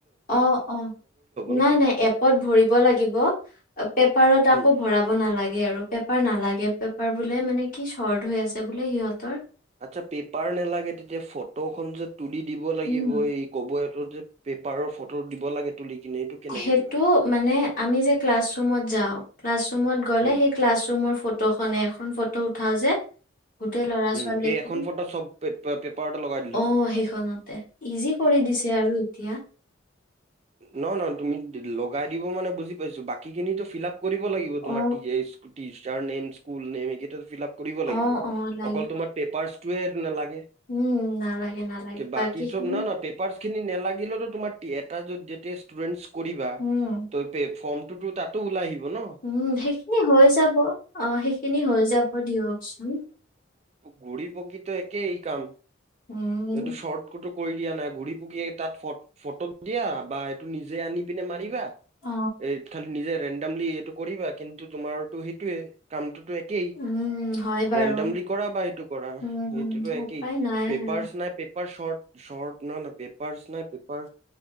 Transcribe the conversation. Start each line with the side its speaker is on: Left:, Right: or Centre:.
Left: অ অ
Right: নেকি?
Left: নাই নাই এপত ভৰিব লাগিব পেপাৰত
Right: হুম।
Left: আকৌ ভৰাব নালাগে আৰু পেপাৰ নালাগে পেপাৰ বোলে মানে কি শৰ্ট হৈ আছে বোলে সিহঁতৰ
Right: আচ্ছা পেপাৰ নেলাগে তেতিয়া ফটোখন যত তুলি দিব লাগিব
Left: উম।
Right: এই কব যে পেপাৰৰ ফটো দিব লাগে তুলি কিনে এইটো কেনেকে
Left: সেইটো
Right: দিবা
Left: মানে আমি যে ক্লাছৰুমত যাওঁ ক্লাছৰুমত গ'লে
Right: উম
Left: সেই ক্লাছৰুমৰ ফটো ফটো খনে এখন ফটো উঠাও যে গোটেই লৰা
Right: উম
Left: ছোৱালীখিনি
Right: এই এখন ফটো চব পেপ- পেপাৰতে লগাই দিলে
Left: আহ
Right: হ'ব
Left: সেইখনতে ইজি কৰি দিছে আৰু এতিয়া
Right: ন ন তুমি লগাই দিব মানে বুজি পাইছো বাকীখিনিতো ফিলাপ কৰিব লাগিব
Left: অ
Right: তোমাৰ টিচাৰ নেম স্কুল নেম এইকেইটা ফিলাপ কৰিব লাগিব
Left: অ অ লাগিব
Right: অকল তোমাৰ পেপাৰছ নালাগে
Left: উম নালাগে নালাগে বাকী
Right: বাকি চব
Left: খিনি
Right: না না পেপাৰচ খিনি নালাগিলে তোমাৰ এটা যেতিয়া ষ্টুডেন্ট কৰিবা
Left: উম
Right: <unintelligible> টো তো তাতো ওলাই আহিব ন
Left: উম সেইখিনি হৈ যাব অ সেইখিনি হৈ যাব দিয়কচোন
Right: ঘুড়ী পকিতো একেই কাম
Left: উম
Right: এইটো শৰ্ট কটো কৰি দিয়া নাই ঘুৰি পকি তাত ফ ফটো দিয়া বা এইটো নিজে আনি পিনে মাৰিবা
Left: অ
Right: এই খালি নিজে দমলি এইটো কৰিবা কিন্তু তোমাৰটো সেইটোয়ে কাম একেই
Left: উম হয় বাৰু
Right: ৰেণ্ডম লি এইটো কৰা
Left: উম হম
Right: এইটোটো একেই
Left: উপায় নাই
Right: পেপাৰচ
Left: আৰু
Right: না পে পেপাৰ্চ চৰ্ট চৰ্ট ন ন পেপাৰ্চ নাই পেপাৰ